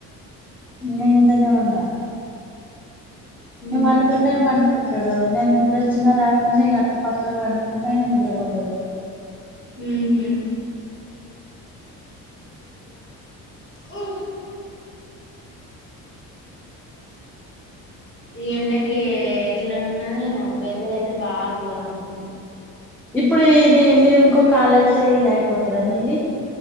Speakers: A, in the centre; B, on the left.
A: నేన్ ఇంట్లోనే ఉన్న నేను
B: ఉహు
A: పండుకుంటేనే పండుకుంటాడు నేను నిద్ర వచ్చిన రాక్ కున్న ఇగ అట్లా పక్కకు పండుకుంటానే నిద్ర పోతడు
B: ఉహు అ ఓ ఈ ఎండకు ఎట్లా ఉన్నది ఏమో వెదర్ అయి అయితే బాగా గోరంగుంద్
A: ఇప్పుడు ఇది నీది ఇంకోకాల అయితే ఇది అయిపోతుంది నీది